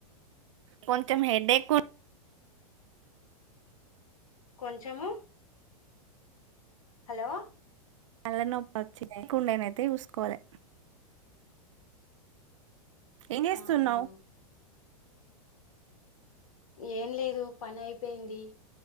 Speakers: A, on the right; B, on the left.
A: కొంచెం హెడ్ఏక్ ఉంది
B: కొంచెము హలో
A: తల నొప్పి వచ్చికుండనైతే చూసుకోవాలి ఏం చేస్తున్నావ్
B: ఆహా ఏం లేదు పని అయిపోయింది